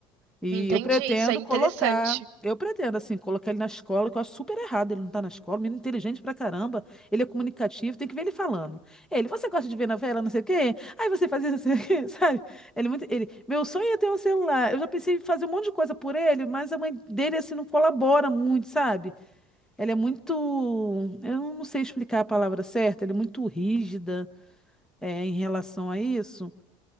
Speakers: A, in the centre; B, on the right.
A: E
B: Entendi,
A: eu pretendo
B: isso é interessante.
A: colocar, eu pretendo, assim, colocar ele na escola, que eu acho super errado ele não estar na escola, menino inteligente pra caramba, ele é comunicativo, tem que ver ele falando. Ele, você gosta de ver novela, não sei o quê? Aí você faz isso, <laughs> não sei o quê, <laughs> sabe? Ele, é muito, ele, meu sonho é ter um celular, eu já pensei em fazer um monte de coisa por ele, mas a mãe dele, assim, não colabora muito, sabe? Ela é muito, eu não sei explicar a palavra certa, ela é muito rígida, é, em relação a isso.